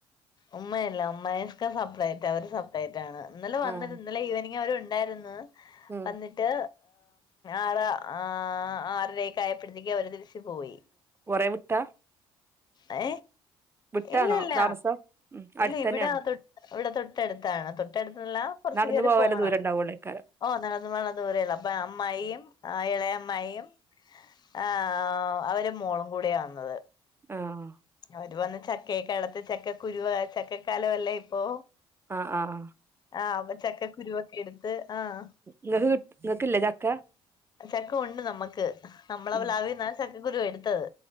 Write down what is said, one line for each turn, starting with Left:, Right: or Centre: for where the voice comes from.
Left: ഉമ്മയില്ല ഉമ്മയിസ്ക്ക സപ്രറ്റാ അവര് സ ഡേറ്റാണ് ഇന്നലെ വന്നിര്
Right: ആഹ്
Left: ഇന്നലെ ഈവനിങ് അവരുണ്ടാരുന്നു
Right: ഉം
Left: വന്നി ട്ട് ആറ് ആറരയൊക്കെയായ പ്പഴത്തേക്ക് അവര് തിരിച്ച് പോയി
Right: കൊറെ വിട്ടാ
Left: എ
Right: വിട്ടാണോ
Left: ഇല്ലില്ല
Right: താമസം ഉം
Left: ഇല്ല
Right: അടുത്തന്നെയാണോ
Left: ഇവിടെ തൊ ഇവിടെ തൊട്ടടുത്താണ് തൊട്ടടുത്തല്ല കുറച്ച്
Right: നടന്ന്
Left: കയറി
Right: പോവല്ലേ
Left: പോണം
Right: ദൂരണ്ടാവുള്ളേക്കാരം
Left: ഓ നടന്നു പോവാനുള്ള ദൂരേള്ളൂ അപ്പൊ അമ്മായിയും എളേയമ്മായിയും ആഹ് അവരെ മോളും കൂടിയാ വന്നത്
Right: ആഹ്
Left: അവര് വന്ന് ചക്കയൊക്കെ എളത്ത് ചക്ക കുരുവ ചക്കക്കാലവല്ലേ ഇപ്പൊ
Right: ആഹ് ആഹ്
Left: ആഹ് അപ്പ ചക്കക്കുരുവൊക്കെ എടുത്ത് ആഹ്
Right: ങ്ങക്ക് കിങ്ങക്ക് ഇല്ലേ ചക്ക
Left: ചക്ക ഒണ്ട് നമ്മക്ക് നമ്മളെ
Right: ഉം
Left: പ്ലാവിന്നാ ചക്കക്കുരു എടുത്തത്